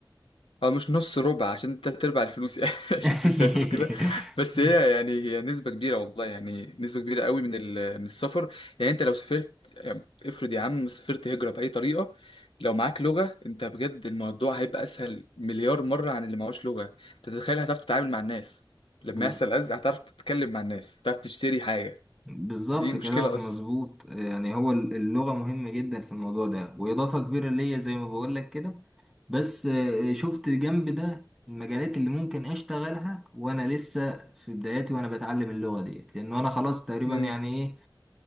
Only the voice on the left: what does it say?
او مش نص ربع عشان تلات ارباع الفلوس يعني <laughs>
عشان تسافر وكده بس هي يعني هي نسبة كبيرة والله يعني نسبة كبيرة قوي من ال... من السفر يعني انت لو سافرت يعني افرض يا عم سافرت هجرة بأي طريقة لو معاك لغة انت بجد الموضوع هيبقى اسهل مليار مرة عن اللي معهوش لغة انت تتخيل هتعرف تتعامل مع الناس لما
يحصل أزمة هتعرف تتكلم مع الناس هتعرف تشتري حاجة
دي مشكلة
أصلا
مم.